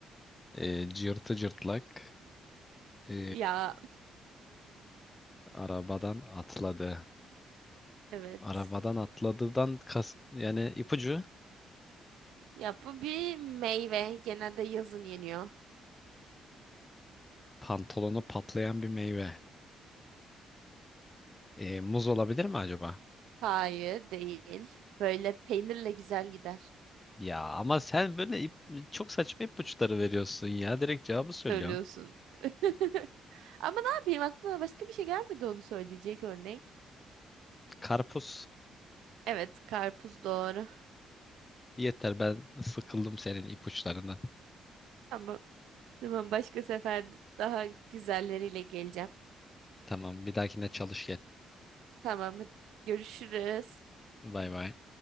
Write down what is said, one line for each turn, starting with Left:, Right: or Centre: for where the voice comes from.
Left: E, cırtı cırtlak e,
Right: Ya
Left: arabadan atladı.
Right: evet.
Left: Arabadan atladıdan kas yani ipucu
Right: Ya bu bir meyve. Genelde yazın yeniyor.
Left: pantolonu patlayan bir meyve. E, muz olabilir mi acaba?
Right: Hayır, değil. Böyle peynirle güzel gider.
Left: Ya ama sen böyle ip- çok saçma ipuçları veriyorsun ya. Direkt cevabı söylüyorsun.
Right: Söylüyorsun. <laughs> Ama ne yapayım aklıma başka bir şey gelmedi onu söyleyecek örnek.
Left: Karpuz.
Right: Evet, karpuz doğru.
Left: Yeter ben sıkıldım senin ipuçlarından.
Right: Ama tamam başka sefer daha güzelleriyle geleceğim.
Left: Tamam bir dahakine çalış gel.
Right: Tamam, hadi görüşürüz.
Left: Bay bay.